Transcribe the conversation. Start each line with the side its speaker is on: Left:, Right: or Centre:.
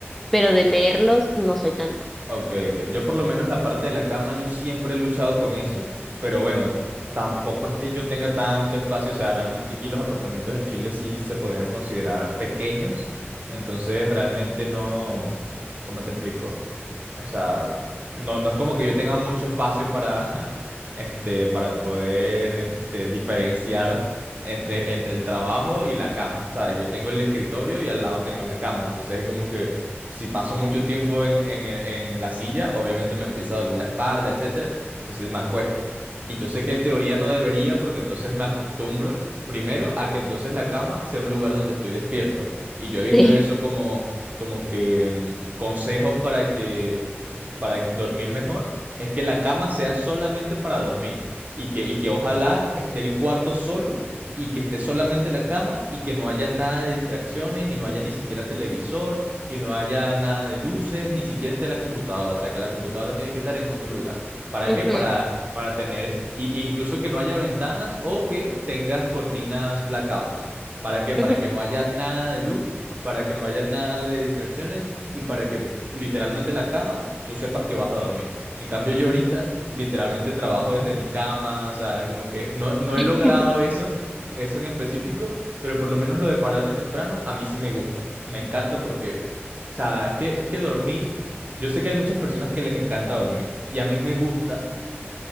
Centre: pero de leerlos no soy tanto.
Right: Ok, ok. Yo por lo menos la parte de la cama, yo siempre he luchado con eso, pero bueno, tampoco es que yo tenga tanto espacio, o sea, realmente aquí los apartamentos en Chile sí se podrían considerar pequeños, entonces realmente no, ¿cómo te explico? O sea, no, no es como que yo tenga mucho espacio para, <laughs> este, para poder, este, diferenciar entre, entre el trabajo y la cama, ¿sabes? Yo tengo el escritorio y al lado tengo la cama, entonces es como que si paso mucho tiempo en, en el- en la silla, obviamente me empieza a doler la espalda, etcétera, entonces me acuesto. Y yo sé que en teoría no debería, porque entonces me acostumbro primero a que entonces la cama sea un lugar donde estoy despierto. Y yo he visto
Centre: <laughs>
Right: eso como, como que mm, consejos para que para dormir mejor es que la cama sea solamente para dormir y que, y que ojalá esté el cuarto solo y que esté solamente la cama y que no haya nada de distracciones y no haya ni siquiera televisor y no haya nada de luces, ni siquiera esté la computadora, o sea que la computadora tiene que estar en otro lugar. ¿Para
Centre: Ujú,
Right: qué? Para, para tener, est- y- y incluso que no haya ventanas o que tengas cortinas blackouts. ¿Para qué? Para
Centre: ujú,
Right: que no haya nada de luz, para que no haya nada de distracciones y para que literalmente la cama, tú sepas que vas a dormir. En cambio, yo ahorita literalmente trabajo desde mi cama, o sea, como que no, no he logrado
Centre: <laughs>
Right: eso, eso en específico, pero por lo menos lo de pararme temprano, a mí sí me gusta. Me encanta porque, o sea, es que, es que dormir, yo sé que hay muchas personas que les encanta dormir, y a mí me gusta